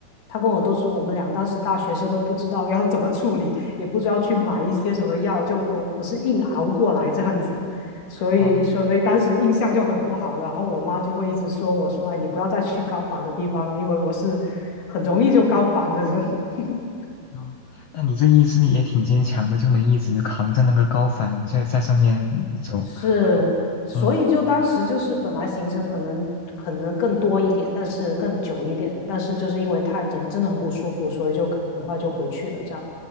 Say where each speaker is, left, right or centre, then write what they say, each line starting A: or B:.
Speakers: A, on the left (about 55°); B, on the left (about 80°).
A: 他跟我都是我们两个当时大学生都不知道要怎么处理，也不知道去买一些什么药，就我我是硬熬过来这样子的，所以所以当时印象就很不好。
B: 哦
A: 然后我妈就会一直说我说，哎，你不要再去高反的地方了，因为我是很容易就高反的人。<laughs>
B: 哦，那你这意志力也挺坚强的，就能一直扛着那个高反在在上面走。
A: 是，所以就当时就是本来行程可能可能更多一点，
B: 嗯。
A: 但是更久一点，但是就是因为他人真的很不舒服，所以就很快就回去了，这样